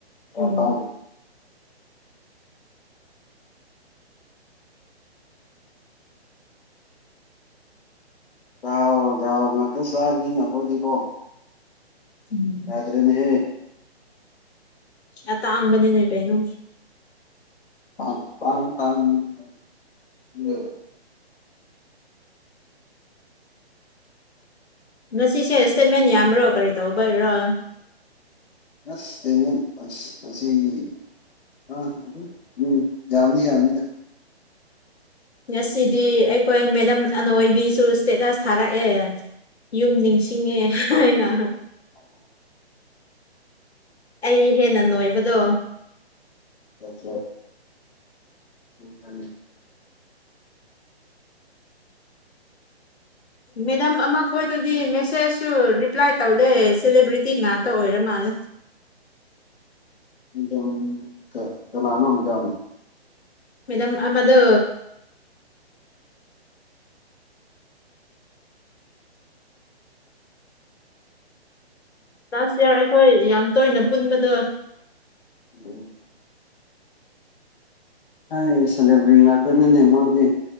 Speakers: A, on the left; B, on the left.
A: ꯎꯝ
B: ꯀ ꯌꯥꯑꯣ ꯌꯥ ꯉꯁꯨꯕꯅꯤꯉ ꯀꯣꯏꯗꯤꯀꯣ
A: ꯎꯝ
B: ꯌꯥꯇꯦꯅꯤꯍꯦ
A: ꯑ ꯇꯥꯡꯕꯅꯤꯅꯦ ꯀꯩꯩꯅꯣ
B: ꯑꯄꯝ ꯇ ꯎ
A: ꯉꯁꯤꯁꯦ ꯏꯁꯇꯦꯠꯃꯦꯟ ꯌꯥꯝ꯭ꯔꯣ ꯀꯔꯤ ꯇꯧꯕꯩꯔ
B: ꯑꯁ ꯇꯃꯤ ꯑꯁ ꯑꯁꯤꯁ ꯑꯥ ꯑꯗꯨꯝ ꯎꯝ ꯌꯥꯝꯅꯤ ꯌꯥꯝꯅꯤꯗ
A: ꯉꯁꯤꯗꯤ ꯑꯩꯈꯣꯏ ꯃꯦꯗꯝ ꯑꯅꯣꯏꯕꯤꯁꯨ ꯏꯁꯇꯦꯇꯁ ꯊꯥꯔꯛꯑꯦ ꯌꯨꯝ ꯅꯤꯡꯁꯤꯡꯉꯦ ꯍꯥꯏꯅ
B: ꯎꯝ
A: ꯑꯩ ꯍꯦꯟꯅ ꯅꯣꯏꯕꯗꯣ
B: ꯆꯠ ꯏꯈ
A: ꯃꯦꯗꯥꯝ ꯑꯃꯈꯣꯏꯗꯗꯤ ꯃꯦꯁꯦꯖꯁꯨ ꯔꯤꯄ꯭ꯂꯥꯏ ꯇꯧꯗꯩ ꯁꯦꯂꯦꯕ꯭ꯔꯤꯇꯤ ꯉꯥꯛꯇ ꯑꯣꯏꯔꯝꯃ ꯑ
B: ꯃꯗꯥꯝ ꯀꯅꯥꯅꯣ ꯃꯗꯥꯝ
A: ꯃꯦꯗꯥꯝ ꯑꯃꯗꯨ ꯂꯥꯁ ꯌꯥꯌꯥꯔ ꯑꯩꯈꯣꯏ ꯌꯥꯝ ꯇꯣꯏꯅ ꯄꯨꯟꯕꯗꯣ
B: ꯎꯝ ꯍ ꯁꯂꯕ ꯉꯥꯛꯅꯤꯅꯦ ꯃꯦ